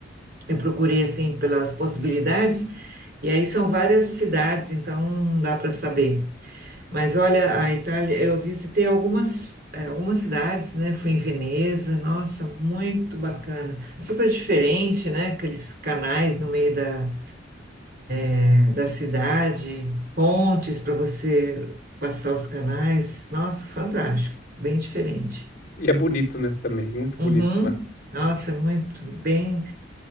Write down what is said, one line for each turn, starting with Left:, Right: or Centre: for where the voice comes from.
Right: Eu procurei assim pelas possibilidades, e aí são várias cidades, então não dá para saber. Mas olha, a Itália, eu visitei algumas, eh, algumas cidades, né? Fui em Veneza, nossa, muito bacana. Super diferente, né? Aqueles canais no meio da, eh, da cidade, pontes para você passar os canais. Nossa, fantástico, bem diferente.
Left: E é bonito, né? Também, muito
Right: Uhum.
Left: bonito lá.
Right: Nossa, muito bem.